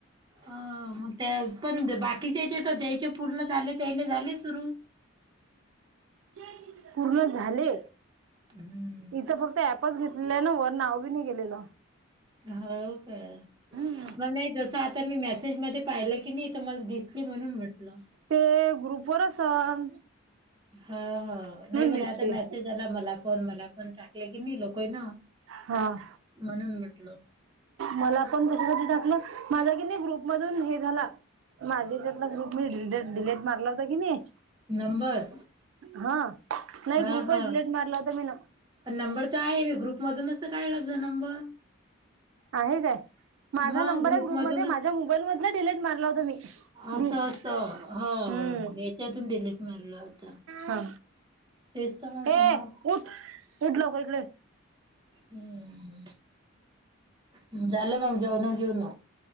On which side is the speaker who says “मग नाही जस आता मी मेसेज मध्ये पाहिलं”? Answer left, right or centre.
Right